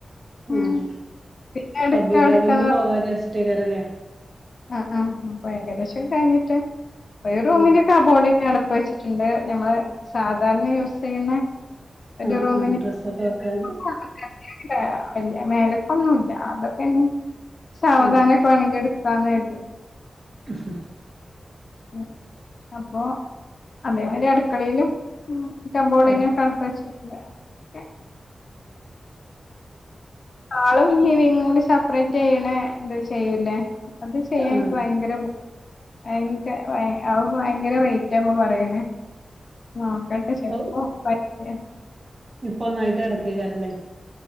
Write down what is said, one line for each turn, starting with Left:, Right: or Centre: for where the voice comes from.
Left: ഉം
Right: ആഹ്.
Left: പിന്നെ എടുക്ക
Right: റബീഉൽ
Left: എടുക്കാന്ന്
Right: അവ്വല് ല് പോകാ വിചാരിട്ടേക്കാര ല്ലേ?
Left: ആഹ് ആഹ്. അപ്പൊ ഏകദേശൊക്കെ കഴിഞ്ഞിട്ട്. ഒരു റൂമില്
Right: ഉം
Left: കബോർഡിനട് പ് വെച്ചിട്ട്ണ്ട്. നമ്മള് സാധാരണ യൂസെയ്യ്ണെ. ഒരു
Right: ആഹ്
Left: റൂമിന്
Right: ആഹ് ഡ്രസ്സൊക്കെ
Left: <unintelligible>
Right: വെക്കാന്
Left: ഇല്ലാ ഇല്ല മേലെക്കൊന്നുല്ല അതൊക്കെഞ്ഞ് സാവധാനൊക്കെ
Right: ആഹ്
Left: വാണെങ്കി ഇട് ക്കാന്ന് കെര്തി.
Right: അആഹ്
Left: ഉം. അപ്പോ അതേമായിരി അട്ക്കളീലും ഉം കബോർഡിനൊക്കെ
Right: ആഹ്
Left: അടപ്പ് വെച്ചിട്ടില്ല ഒക്കെ ഹാളും ലിവിങ്ങും കൂടി സെപ്പറേറ്റെയ്യ്ണെ ഇത് ചെയ്യൂല്ലേ? അത് ചെയ്യാൻ
Right: ആഹ്
Left: ഇൻക്ക് ഭയങ്കര പൂ ഭയങ്ക ഭയ അത് ഭയങ്കര റെയ്റ്റാപ്പൊ പറയ്ണെ. നോക്കട്ടെ ശരിക്കും
Right: ഔ
Left: ഒറപ്പായിട്ടില്ല
Right: ഇപ്പൊ ഒന്നായിട്ട് കെടക്കയ്ക്കാരല്ലേ?